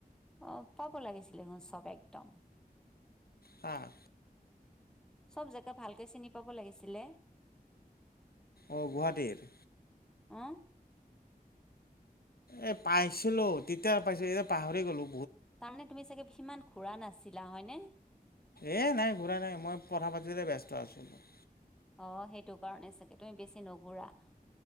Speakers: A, in the centre; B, on the left.
A: অ' পাব লাগিছিলে চব একদম।
B: কাৰ?
A: চব জেগা ভালকে চিনি পাব লাগিছিলে।
B: অ', গুৱাহাটীৰ?
A: অ'।
B: এ পাইছিলো তেতিয়া পাইছিলো এতিয়া পাহৰি গ'লো।
A: তাৰমানে তুমি চাগে সিমান ঘূৰা নাছিলা হয়নে?
B: এই নাই ঘূৰাই নাই মই পঢ়া পাতিতে ব্যস্ত আছিলো।
A: অ', সেইটো কাৰণে চাগে তুমি বেছি নুঘূৰা।